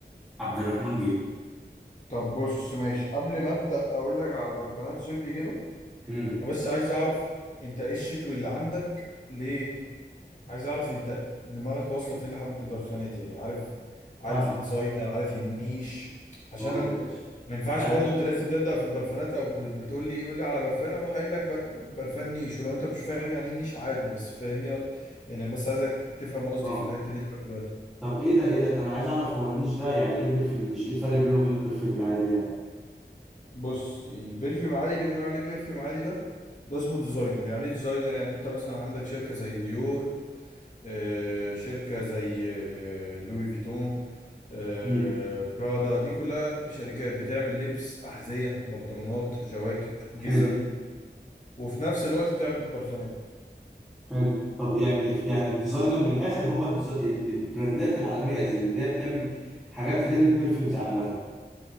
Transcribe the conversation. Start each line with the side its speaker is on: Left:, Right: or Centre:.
Centre: عبد الرحمن جه
Left: طب بص ماشي قبل ما ابدا اقول لك على برفانات صيفي كده
Centre: امم
Left: انا بس عايز اعرف انت ايه الشتوي اللي عندك ليه عايز اعرف انت دماغك واصله فين لحد البرفانات يعني عارف عارف
Centre: فاهم
Left: الديزاينر عارف النيش عشان
Centre: هو ده
Left: انا
Centre: يا باشا
Left: ما ينفعش
Centre: عارف
Left: برضو انت لسه بتبدأ في البرفانات او بتقول لي قول لي على برفان اروح قايل لك بر- برفان نيش ولو انت مش فاهم يعني ايه نيش عادي بس فاهمني يعني بس عايزك تفهم قصدي
Centre: اه
Left: في الحتة دي لحد دلوقتي
Centre: طب ايه ده ايه ده انا عايز اعرف هو النيش ده يعني ايه برفيوم نيش ايه الفرق بينه وبين البرفيوم العادي يعني
Left: بص يعني بيرفيوم عادي اللي بنقول عليه بيرفيوم عادي ده ده اسمه ديزاينر يعني ايه ديزاينر يعني انت مثلا عندك شركة زي ديور آه، شركة زي آه، لوي فيتون آه،
Centre: امم
Left: برادا دي كلها شركات بتعمل لبس أحذية بنطلونات جواكت جزم
Centre: حلو.
Left: وفي نفس الوقت بتعمل برفانات
Centre: حلو طب يعني الف- يعني الديزاينر من الاخر هو الديز- ال- البراندات العالميه زي اللي هي بتعمل حاجات غير البرفيومز عامه